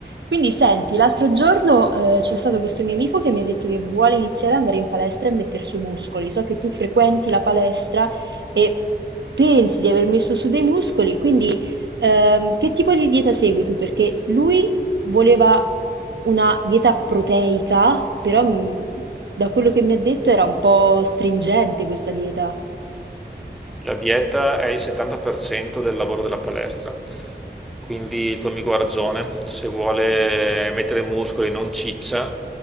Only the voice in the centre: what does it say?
La dieta è il 70% del lavoro della palestra, quindi il tuo amico ha ragione, se vuole mettere muscoli e non ciccia,